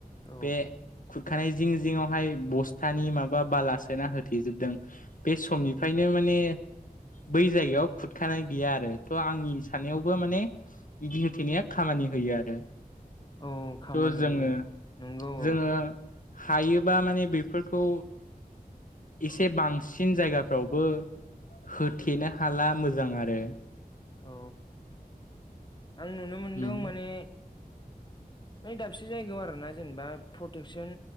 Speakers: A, on the left; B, on the left.
A: औ
B: बे खुरखानाय जिं जिंआवहाय बस थानि माबा बाला सोना होथेजोबदों बे समनिफ्रायनो माने बै जायगायाव खुरखानाय गैया आरो थ' आंनि साननायावबो माने बिदि होथेनाया खामानि होयो आरो
A: औ खामानि
B: थ' जोङो
A: नंगौ
B: जोङो
A: औ
B: हायोबा माने बेफोरखौ एसे बांसिन जायगाफ्रावबो होथेनो हाला मोजां आरो।
A: औ आं नुनो मोनदों
B: उम
A: माने ने दाबसे जायगायाव आरोना जेनेबा प्रटेकसोन